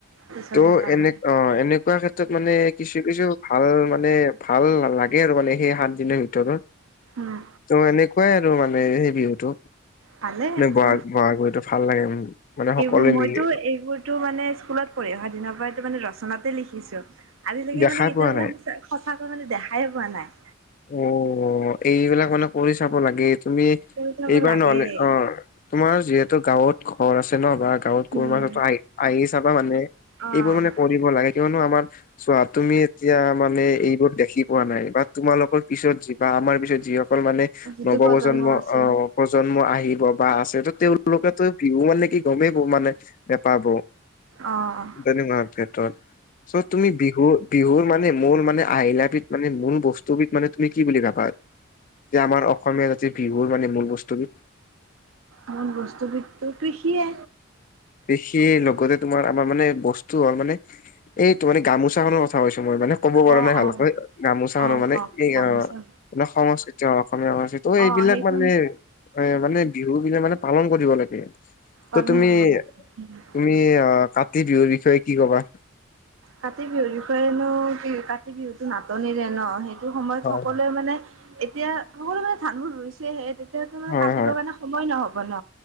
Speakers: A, on the right; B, on the left.
A: হুঁচৰি
B: ত'
A: গাব
B: এনে অ এনেকুৱা ক্ষেত তত মানে কিছু কিছু ভাল মানে ভাল নালাগে আৰু মানে সেই সাত দিনৰ ভিতৰত।
A: উম
B: ত' এনেকুৱাই আৰু মানে সেই বিহুটো,
A: ভালে সেইটো
B: মে বহাগ বহাগ বিহুটো ভাল লাগে। মানে সকলোৱে
A: এইবোৰ মইটো
B: মিলি
A: এইবোৰ টো মানে স্কুলত পঢ়ি অহা দিনৰপৰা এইটো মানে ৰচনাতে লিখিছোঁ, আজিলৈকে
B: দেখা
A: মানে কেতিয়াবা
B: পোৱা নাই
A: চা সঁচাকৈ মানে দেখায়ে পোৱা নাই।
B: অ এইবিলাক মানে কৰি চাব লাগে, তুমি
A: কৰি চাব
B: এইবাৰ
A: লাগে
B: নহ'লে অ তোমাৰ যিহেতু গাঁৱত ঘৰ আছে ন বা গাঁৱত
A: উম
B: কোনোবাৰ হতৰ আহি আহি চাবা মানে
A: অ'
B: এইবোৰ মানে কৰিব লাগে কিয়নো আমাৰ চোৱা তুমি তিয়া মানে এইবোৰ দেখি পোৱা নাই বা তোমালোক কৰ পিছত যি বা আমাৰ পিছত যিসকল মানে
A: যিটো
B: নৱপ্ৰজন্ম
A: প্ৰজন্ম
B: অ
A: আছে
B: প্ৰজন্ম আহিব বা আছে, ত তেওঁলোকেতো বিহু মানে কি গমেই গ মানে নেপাব।
A: অ অ।
B: তেনেকুৱা ক্ষেত্ৰত। চ' তুমি বিহু বিহুৰ মানে মূল মানে আহিলাবিধ মানে মূল বস্তুবিধ মানে তুমি কি বুলি ভাবা যে আমাৰ অসমীয়া জাতিৰ বিহুৰ মানে মূল বস্তুবিধ?
A: মূল বস্তুবিধটো কৃষিয়ে।
B: কৃষি লগতে তোমাৰ আমাৰ মানে বস্তু হল মানে এইটো মানে গামোচাখনৰ থা কৈছো মই মানে ক'ব পৰা
A: অ'
B: নাই ভালকৈ,
A: অ'
B: গামোচাখনো
A: অ'
B: মানে এই
A: গামোচা
B: অ মানে সংস্কৃতি অসমীয়া সংস্কৃতি, ত' এইবিলাক
A: অ' সেইখন
B: মানে এ মানে বিহুবিলাক মানে পালন কৰিব লাগে। ত'
A: পালন
B: তুমি
A: কৰিব লাগে উম।
B: তুমি অ কাতি বিহুৰ বিষয়ে কি কবা?
A: কাতি বিহুৰ বিষয়েনো কি কাতি বিহুটো নাটনিৰে ন সেই টো সময়ত
B: হয়
A: সকলোৱে
B: হয়।
A: মানে এতিয়া সকলোৱে ধানবোৰ ৰুইছেহে তে তিয়াটো মানে
B: হয়
A: কাটিবৰ
B: হয়
A: কাৰণে সময় নহ'ব ন,